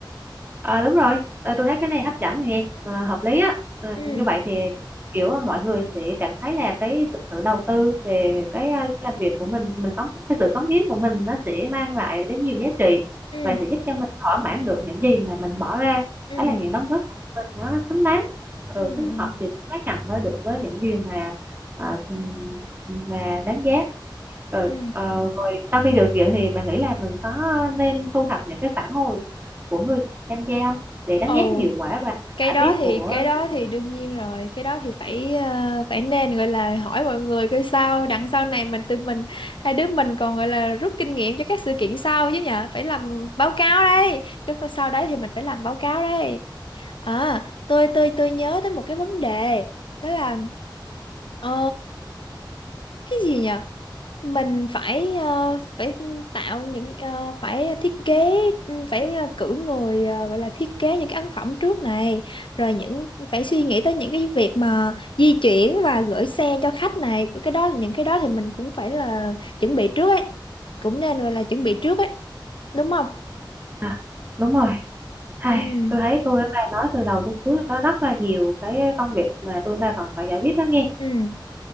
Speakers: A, on the right; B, on the left.
A: Ờ đúng rồi, Ờ, tôi thấy cái này hấp dẫn thiệt, ờ, hợp lý á. Ờ,
B: ừ
A: như vậy thì kiểu ờ, mọi người sẽ cảm thấy là cái sự đầu tư về cái ờ, làm việc của mình, mình có cái sự cống hiến của mình nó sẽ mang lại đến nhiều giá trị
B: ừ
A: và sẽ giúp cho mình thỏa mãn được những gì mà mình bỏ ra.
B: ừ
A: Đó là những đóng góp của mình nó xứng đáng, rồi
B: ừ ừ
A: xứng họ sẽ xác nhận với được với những điều mà ờ, mà đáng giá rồi
B: ừ.
A: ờ, rồi sau khi được tuyển thì bạn nghĩ là mình có nên thu thập những cái phản hồi của người tham gia không để đánh
B: ồ
A: giá cái hiệu quả và
B: cái
A: cải
B: đó
A: tiến
B: thì
A: của
B: cái đó
A: sự kiện
B: thì
A: đó
B: đương nhiên rồi cái đó thì phải ờ, phải nên gọi là hỏi mọi người coi sao đằng sau này mình tự mình hai đứa mình còn gọi là rút kinh nghiệm cho các sự kiện sau chứ nhở phải làm báo cáo đây cái phần sau đấy thì mình phải làm báo cáo đây à tôi tôi tôi nhớ tới một cái vấn đề đó là ờ, cái gì nhỉ mình phải ờ, phải tạo những ờ, phải thiết kế ừ, phải ờ, cử người ờ, gọi là thiết kế những cái ấn phẩm trước này rồi những phải suy nghĩ tới những cái việc mà di chuyển và gửi xe cho khách này cái đó những cái đó thì mình cũng phải là chuẩn bị trước ấy cũng nên gọi là chuẩn bị trước ấy đúng không
A: à, đúng rồi Hai,
B: ừ
A: tôi thấy tôi với bà nói từ đầu tới cuối có rất là nhiều cái công việc mà tôi ba còn phải giải quyết đó nghe
B: ừ